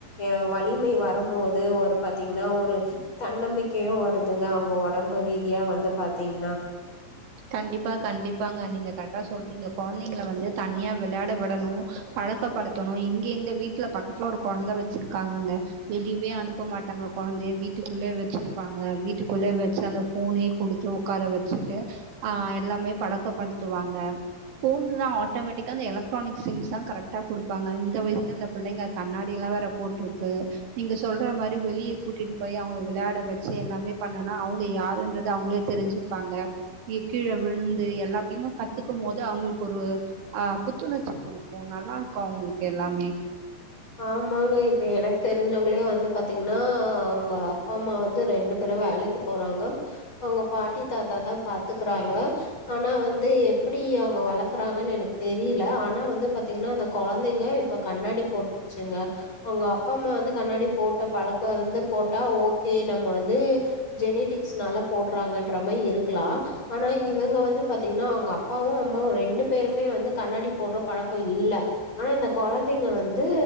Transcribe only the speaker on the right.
கண்டிப்பா கண்டிப்பாங்க நீங்க கரெக்டா சொல்றீங்க கொழந்தைங்க வந்து தனியா வெளையாட விடணும் பழக்கப்படுத்த ணும் இங்க எங்க வீட்டுல பக்கத்துல ஒரு கொழந்த வச்சிருக்காங்கங்க வெளியவே அனுப்ப மாட்டாங்க கொழந்தைய வீட்டுக்குள்ளே வச்சிருப்பாங்க வீட்டுக்குள்ளே வச்சு அந்த போனே கொடுத்து உட்கார வச்சுட்டு ஆஹ் எல்லாமே பழக்கப்படுத்துவாங்க ஃபோன் தான் ஆட்டோமேட்டிக்காக அந்த எலக்ட்ரானிக் சிங்ஸ் தான் கரெக்ட கொடுப்பாங்க இந்த வயசல அந்தபுள்ளைங்க கண்ணாடியிலாம் வேற போட்டுருக்கு நீங்க சொல்ற மாறி வெளியே கூட்டிட்டு போய் அவங்க வெளையாட வச்சு எல்லாமே பண்ணுனா அவங்க யாருன்றது அவங்களே தெரிஞ்சு ப்பாங்க கீழ விழுந்து எல்லாத்தையுமே கத்துக்கும் போது அவங்களுக்கு ஒரு ஆஹ் புத்துணர்ச்சி குடுக்கும் நல்லா இருக்கும் அவங்களுக்கு எல்லாமே